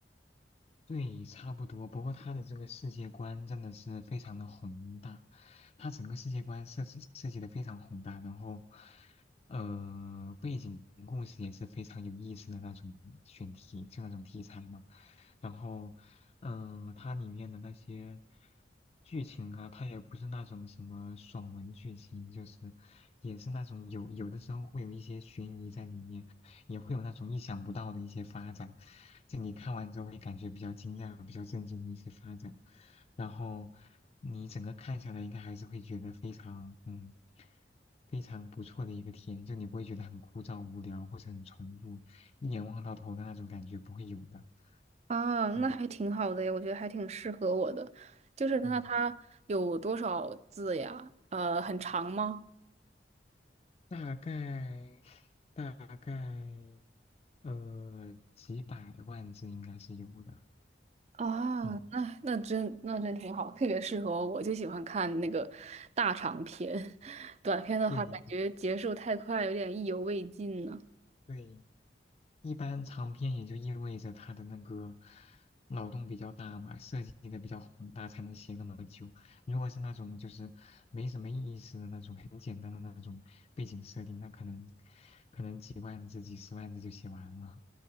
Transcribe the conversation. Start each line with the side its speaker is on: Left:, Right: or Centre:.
Left: 对，差不多。不过他的这个世界观真的是非常的宏大，他整个世界观设计设计的非常宏大，然后，呃，背景故事也是非常有意思的那种选题，就那种题材嘛。然后，嗯、呃它里面的那些剧情啊，它也不是那种什么爽文剧情，就是也是那种有有的时候会有一些悬疑在里面，也会有那种意想不到的一些发展，就你看完之后会感觉比较惊讶、比较震惊的一些发展，然后你整个看下来应该还是会觉得非常嗯非常不错的一个体验，就你不会觉得很枯燥、无聊或者很重复，一眼望到头的那种感觉不会有的。
Right: 啊，那还挺好的耶，
Left: 嗯
Right: 我觉得还挺适合我的。就是那它有多少字呀？
Left: 嗯，
Right: 呃，很长吗？
Left: 大概大概呃几百万字应该是有的。
Right: 啊，
Left: 嗯，
Right: 那那真那真挺好，特别适合我，我就喜欢看那个大长篇，<laughs> 短篇的话感觉结束太快，
Left: 对对
Right: 有点意犹未尽呢。
Left: 对。一般长篇也就意味着他的那个脑洞比较大嘛，设计的比较宏大，才能写那么久。如果是那种就是没什么意思的那种，很简单的那种背景设定，那可能可能几万字、几十万字就写完了。